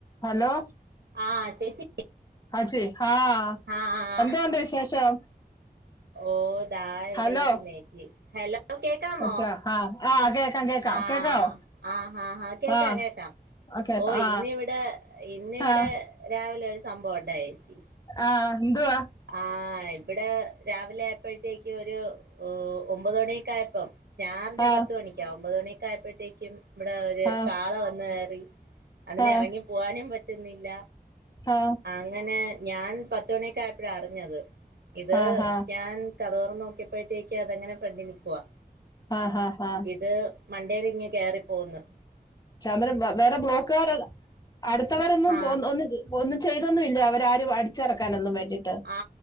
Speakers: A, on the left; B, on the right.
A: Hello
B: ആഹ് ചേച്ചി
A: അച്ചി ആഹ്
B: ആഹ്
A: എന്തോണ്ട് വിശേഷം
B: ഓതാ ഇവിടെ
A: ഹലോ
B: ഇരിക്കുന്നെച്ചി ഹലോ കേക്കാമോ
A: അച്ചാ ആ ആ കേക്കാം കേക്കാം
B: ആഹ
A: കേക്കാവോ
B: ആഹഹഹാ കേക്കാം
A: ആ
B: കേക്കാം
A: ഓക്കെ
B: ഓഹ്
A: ആ
B: ഇന്നിവിടെ ഇന്നിവിടെ
A: ആ
B: രാവിലെ ഒരു സംഭവണ്ടായേച്ചി
A: ആഹ് തുവാ
B: ആഹ് ഇവിടെ രാവിലെ ആയപ്പോഴത്തേക്ക് ഒരു ഒമ്പത് മണിയക്കയപ്പം ഞാനറിഞ്
A: ആ
B: പത്ത് മണിക്ക ഒമ്പത് മണിയൊക്കെ ആയപ്പോഴത്തേക്കും ഇവിടെ ഒരു
A: ആ
B: കാള വന്ന് കയറി അതിന്
A: ആ
B: ഇറങ്ങി പോവാനും പറ്റുന്നില്ല
A: ആഹ്
B: അങ്ങനെ ഞാൻ പത്തുമണിയക്ക ആയപ്പോഴാ അറിഞ്ഞത് ഇത്
A: ആ ഹാ
B: ഞാൻ കതോർന്ന് നോക്കിയപ്പോഴത്തേക്ക് അതങ്ങനെ ഫ്രണ്ടിൽ നൽക്കുവാ
A: ആഹ് ആഹ് ആഹ്
B: ഇത് മണ്ടേൽ ഇങ് കയറിപ്പോന്ന്
A: പര വേറെ ബ്ലോക്കുകാർ അടുത്തവരൊന്നും
B: ആ
A: പോ ഒന്ന് ഒന്നും ചെയ്തൊന്നുമില്ല്ല അവരാരും അടിച്ചിറക്കാനൊന്നും വേണ്ടിട്ട്
B: ആ